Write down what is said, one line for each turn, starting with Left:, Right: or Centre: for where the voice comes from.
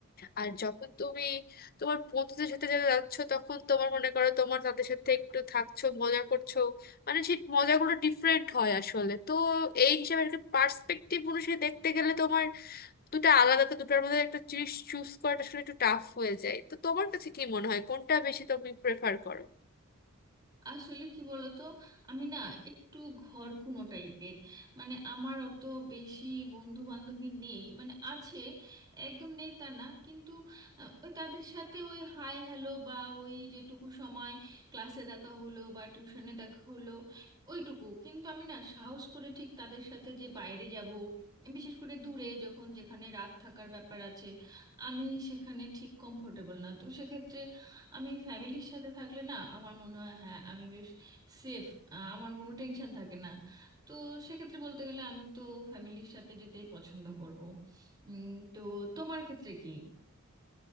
Left: আর যখন তুমি তোমার বন্ধুদের সাথে যারা যাচ্ছ তখন তোমার মনে করো তোমার তাদের সাথে একটু থাকছো মজা করছো মানে সেই মজাগুলো ডিফারেন্ট হয় আসলে তো এই হিসাবে একটা পার্সপেক্টিভ অনুসারে দেখতে গেলে তোমার দুটো আলাদা তো দুটার মধ্যে একটা জিনিস চুজ করাটা আসলে একটু টাফ হয়ে যায় তো তোমার কাছে কি মনে হয় কোনটা বেশি তুমি প্রেফার করো
Right: আসলে কি বলতো আমি না একটু ঘরকুনো টাইপের মানে আমার অত বেশি বন্ধু বান্ধবী নেই মানে আছে একদম নেই তা না কিন্তু আহ, ওই তাদের সাথে ওই হাই হ্যালো বা ওই যেটুকু সময় ক্লাসে দেখা হলো বা টিউশনে দেখা হলো ওইটুকু কিন্তু আমি না সাহস করে ঠিক তাদের সাথে যে বাইরে যাব বিশেষ করে দূরে যখন যেখানে রাত থাকার ব্যাপার আছে আমি সেখানে ঠিক কমফোর্টেবল না তো সেক্ষেত্রে আমি ফ্যামিলির সাথে থাকলে না আমার মনে হয় হ্যাঁ আমি বেশ সেফ আমার কোনো টেনশন থাকে না তো সেক্ষেত্রে বলতে গেলে আমি তো ফ্যামিলির সাথে যেতেই পছন্দ করব উম, তো তোমার ক্ষেত্রে কি